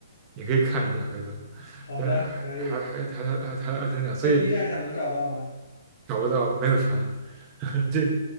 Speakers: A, on the right (about 25°); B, on the left (about 70°).
A: 你可以看一下回头。
B: 好的，
A: 但是还还还还还还还特等奖，
B: 可以，
A: 所以
B: 在 B 站上能找到吗？
A: 找不到，没有船。<laughs> 这